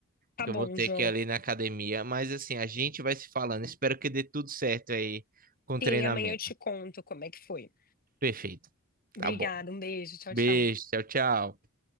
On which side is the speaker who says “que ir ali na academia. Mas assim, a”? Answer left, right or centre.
Right